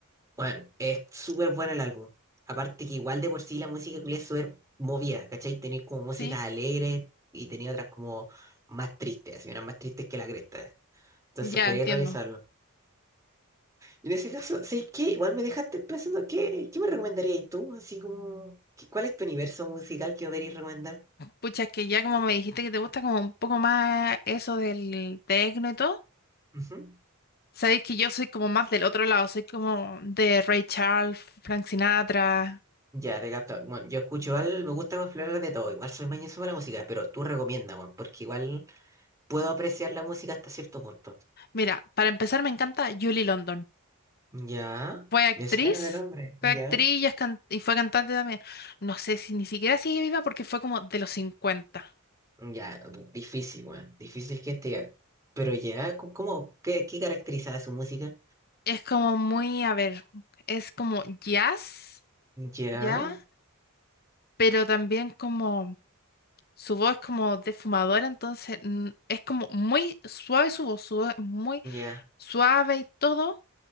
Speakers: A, on the right; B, on the left.
A: Bueno, es súper bueno el álbum. Aparte que igual de por sí la música culia es súper movida, ¿cachai? Tenía como músicas
B: Sí,
A: alegres y tenía otras como más tristes, así unas más tristes que la cresta. Entonces
B: ya
A: podría
B: entiendo.
A: revisarlo. Y en ese caso, ¿sabes qué? Igual me dejaste pensando, ¿qué, qué me recomendarías tú? Así como, ¿qué- ¿cuál es tu universo musical que deberías recomendar?
B: Pucha, es que ya como me dijiste que te gusta como un poco más eso del tecno y todo.
A: Ujú.
B: Sabéis que yo soy como más del otro lado, soy como de Ray Charles, Frank Sinatra.
A: Ya, te capto. Bueno, yo escucho igual, me gusta explorar de todo. Igual soy mañoso para la música, pero tú recomienda, bueno, porque igual puedo apreciar la música hasta cierto punto.
B: Mira, para empezar me encanta Julie London.
A: Ya,
B: Fue actriz,
A: me suena de nombre, ya.
B: fue actriz y, es can- y fue cantante también. No sé si ni siquiera sigue viva porque fue como de los cincuenta.
A: Ya, bu- difícil, weón, difícil que esté. Pero ya, co- ¿cómo? ¿Qué, qué caracterizaba su música?
B: Es como muy, a ver, es como jazz,
A: Ya,
B: ¿ya? Pero también como su voz es como defumadora, entonces mm, es como muy suave su voz, su voz es muy
A: ya,
B: suave y todo